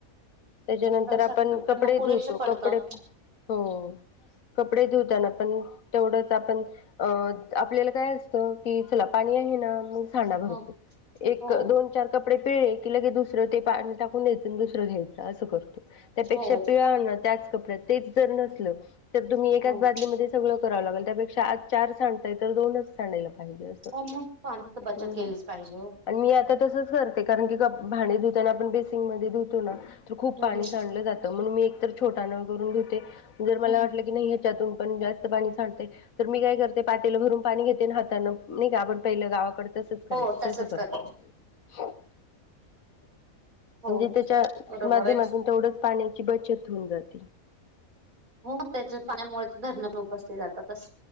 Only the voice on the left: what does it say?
त्याज्यानंतर
आपण कपडे
धुतो
कपडे हो कपडे धुवताना पण तेवढंच आपण अ आपल्याला काय असतं कि चला पाणी आहे ना म थंडा भरपूर
एक
दोन चार कप कपडे पिळले की लगेच दुसरं ते पाणी टाकून द्यायंच आणि दुसरं घ्यायचं असं करतो त्यापेक्षा
पिळा ना त्याच कपड्यात ते जर नसल तर तुम्ही
एकाच बादली मध्ये सगळ करावं लागेल त्यापेक्षा आज चार सांडताय तर दोनच सांडायला पाहिजे.
असं
आणि मी आता तसंच करते कारण की ग भांडे धुताना आपण बेसिंगमध्ये धुतो ना तर खूप
पाणी
सांडलं जात मग मी एक तर छोटा नळ करून धुते जर मला
वाटलं
की नाही ह्याच्यातून पण जास्त पाणी सांडते तर मी काय करते पातेल भरून पाणी घेते हातांन नाही का आपण पहिलं गावाकडे तसंच करायचं
तसं करते.
<unintelligible>
म्हणजे त्याच्या
माध्यमातून
तेवढंच पाण्याची बचत होऊन जाते.